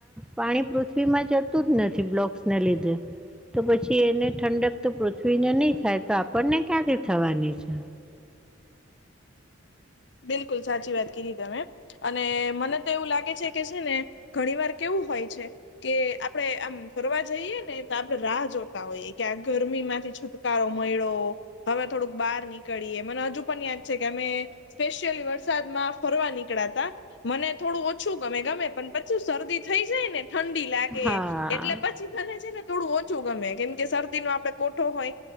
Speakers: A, in the centre; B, on the left.
A: પાણી પૃથ્વીમાં જતું જ નથી બ્લોક્સને લીધે તો પછી એને ઠંડક તો પૃથ્વીને નહી થાય તો આપણને ક્યાંથી થવાની છે.
B: બિલકુલ સાચી વાત કીધી તમે અને મને તો એવું લાગે છે કે છે ને ઘણી વાર કેવું હોય છે. કે આપડણે આમ ફરવા જઈએ ને તો આપડણે રાહ જોતા હોઈએ કે આ ગરમી માંથી છૂટ કારો મળો હવે થોડુંક બહાર નીકળીએ મને હજુ પણ યાદ છે કે અમે સ્પેશિયલી વરસાદ માં ફરવા નીકળ્યાતા મને થોડું ઓછું ગમે ગમે પણ પછી શરદી થઈ જાય ને ઠંડી લાગે
A: હા
B: એટલે પ બને છે ને થોડું ઓછું ગમે કેમ કે શરદી નો આપડે કોઠો હોય